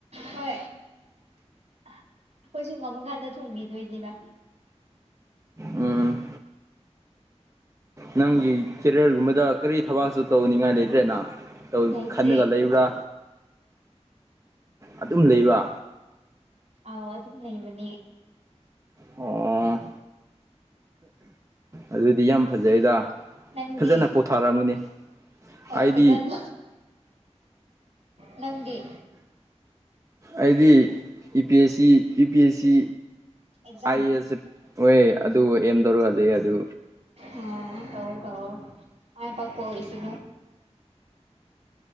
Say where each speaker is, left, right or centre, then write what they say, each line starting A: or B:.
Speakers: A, on the right; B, on the right.
A: ꯍꯣꯏ ꯑꯩꯈꯣꯏꯁꯨ ꯉꯝꯃꯨꯀꯥꯟꯗ ꯊꯣꯡꯕꯤꯗꯣꯏꯅꯤꯅ
B: ꯎꯝ ꯅꯪꯒꯤ ꯀꯦꯔꯤꯌꯔꯒꯨꯝꯕꯗ ꯀꯔꯤ ꯊꯕꯛꯁꯨ ꯇꯧꯅꯤꯡꯉꯥꯏ ꯂꯩꯇ꯭ꯔꯦꯅ
A: ꯂꯩꯇ꯭ꯔꯦ
B: ꯈꯟꯂꯒ ꯂꯩꯕ꯭ꯔꯥ ꯑꯗꯨꯝ ꯂꯩꯕ
A: ꯑꯥꯎ ꯑꯗꯨ ꯑꯗꯨ ꯅꯩꯕꯅꯦ
B: ꯑꯣ ꯑꯗꯨꯗꯤ ꯌꯥꯝ ꯐꯖꯩꯗ
A: ꯅꯪꯗꯤ
B: ꯐꯖꯅ ꯄꯣꯊꯥꯔꯝꯒꯅꯤ
A: ꯍꯣꯏ
B: ꯍꯥꯏꯗꯤ
A: ꯐꯖꯅ ꯅꯒꯤ
B: ꯑꯩꯗꯤ E P S C U P S C
A: exam
B: I A S ꯑꯦ ꯍꯣꯏ ꯑꯗꯨ ꯑꯦꯝ ꯇꯧꯔꯨꯍꯂ ꯑꯗꯨ
A: ꯑꯣ ꯇꯧ ꯇꯧ ꯃꯥꯏ ꯄꯥꯛ ꯄꯍꯁꯤꯣ